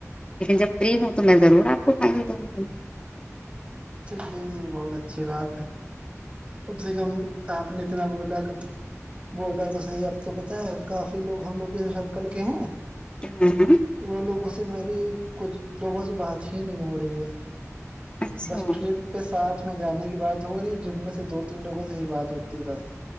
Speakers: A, on the left; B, on the right.
A: لیکن جب فری ہوں تو میں ضرور آپ کو ٹائم دوں گی
B: چلیے جی بہت اچھی بات ہے کم سے کم آپ نے اتنا بولا کب بولا تو صحیح اب تو پتا ہے کافی لوگ ہم لوگ سرکل کے ہیں
A: <unintelligible>
B: وہ لوگوں سے میری کچھ لوگوں سے بات ہی نہیں ہو رہی ہے
A: اچھا
B: بس
A: ہوں
B: ٹرپ پے ساتھ میں جانے کی بات ہو رہی جس میں سے دو تین لوگوں سے ہی بات ہوتی ہے بس